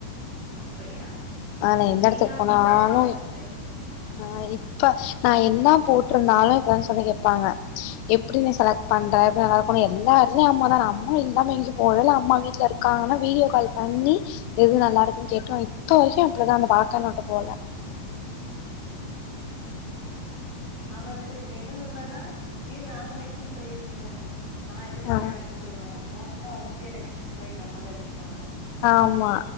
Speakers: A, on the left; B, on the left.
A: அப்படியா
B: ஆ நா எந்த எடத்துக்கு
A: எங்க அம்மாவு
B: போனாலு
A: எனக்கு நல்லா செலக்ட் பண்ணி குடுப்பாங்க ட்ரெஸ்
B: ஆஹ் இப்ப நா என்ன போட்ருந்தாலு ஃப்ரண்ட்ஸ் வந்து கேப்பாங்க எப்பிடி நீ செலக்ட் பண்ற எல்லா நல்லா இருக்குண்ணு எல்லா எடத்லயு அம்மாதா நா அம்மா இல்லாம எங்கயு போறதில்ல அம்மா வீட்ல இருக்காங்கன்னா வீடியோ கால் பண்ணி எது நல்லா இருக்குன்னு கேட்டு வாங் இப்ப வரைக்கு அப்டிதா அந்த பழக்கோ என்ன விட்டு போகல
A: அப்பிடியா ஆ வந்துட்டு என்ன சொல்வேன்னா. அ இரு நா செலக்ட். பண்ற இருங்க. நா எடுப்ப
B: ஆ
A: அப்படின்னு சொல்லுவாங்க மோஸ்ட். கரட்டா வந்துட்டு எனக்கு டிரெஸ் எல்லா எங்க அம்மா தா எடுத்துப்பாங்களா.
B: ஆமா